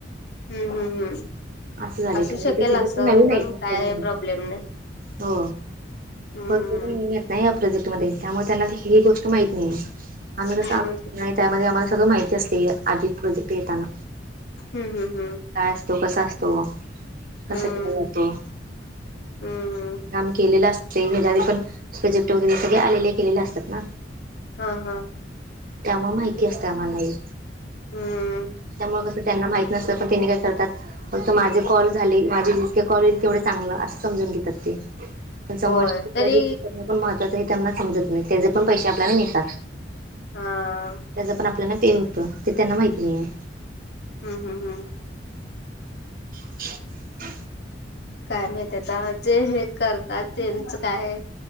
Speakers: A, on the left; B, on the right.
A: हम्म हम्म हम्म.
B: असं झालंय
A: असू
B: कारण
A: शकेल
B: ते सगळे
A: असं.
B: नवीन
A: पण
B: आहेत ना
A: काय
B: त्याच्यामुळे
A: प्रॉब्लेम नाही.
B: हो.
A: हम्म
B: <unintelligible> प्रोजेक्ट मध्ये. त्यामुळे त्यांना ही गोष्ट माहिती नाहीये. आम्ही कसं
A: हम्म
B: आम नाही. त्यामध्ये आम्हाला सगळं माहिती असते. आधिच प्रोजेक्ट येताना.
A: हम्म हम्म हम्म.
B: काय असतो. कसा असतो. कसा
A: हम्म
B: केला जातो.
A: हम्म हम्म
B: काम केलेलं असते. ह्याच्या आधी पण प्रोजेक्ट वगैरे सगळे आलेले केलेले असतात ना.
A: ह. ह.
B: त्यामुळे् माहिती असते आम्हाला हे.
A: हम्म
B: त्यामुळे कसं त्यांना माहित नसत. पण त्यांनी काय करतात. फक्त माझे कॉल झाले. माझे जितके कॉल होईल तेवढे चांगलं. असं समजून घेतात ते. पण समोरच्याची
A: होय तरी
B: कॉल रिसीव करण ण महत्वाचय त्यांना समजत नाही. त्याचे पण पैसे आपल्याला मिळतात.
A: हा हम्म
B: त्याच पण आपल्याना ते होतं. ते त्यांना माहत नाहीये.
A: हम्म हम्म हम्म.
B: <unintelligible>
A: काय माहित आता. जे हे करतात त्यांच काय?